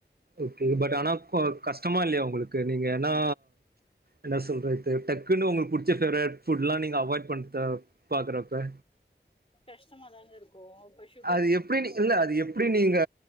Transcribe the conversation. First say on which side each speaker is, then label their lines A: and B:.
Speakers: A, on the right; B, on the left.
A: ஓகே பட் ஆனா கஷ்டமா இல்லையா உங்களுக்கு நீங்க ஏன்னா என்னா சொல்றது டக்குன்னு உங்களுகு புடிச்ச பேவரட் ஃபுட்லா நீங்க அவாய்ட் பண்றத பாக்குறப்ப
B: கஷ்டமாதாங்க இருக்கு பஷ்
A: அது எப்புடி நீ இல்ல அது எப்புடி நீ க